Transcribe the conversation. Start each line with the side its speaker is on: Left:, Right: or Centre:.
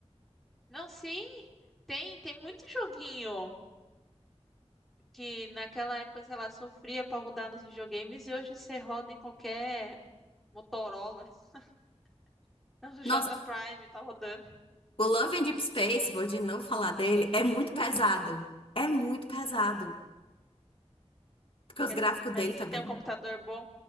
Centre: Não, sim. Tem, tem muito joguinho. que naquela época, sei lá, sofria para rodar nos videogames e hoje você roda em qualquer Motorola. <laughs> O
Left: Nossa,
Centre: J Prime tá rodando.
Left: o Love and Deep Space, vou de novo falar dele, é muito pesado. É muito pesado.
Centre: Não-
Left: Porque os
Centre: quer
Left: gráficos
Centre: dizer, mas
Left: dele
Centre: você
Left: também.
Centre: tem um computador bom?